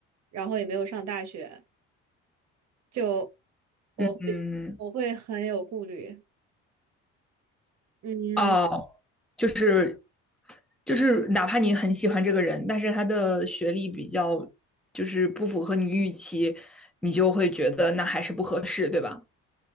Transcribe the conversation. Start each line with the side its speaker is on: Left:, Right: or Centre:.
Right: 然后也没有上大学，就我会我会很有顾虑，
Centre: 嗯嗯
Right: 嗯。
Centre: 哦，就是就是哪怕你很喜欢这个人，但是他的学历比较就是不符合你预期，你就会觉得那还是不合适，对吧？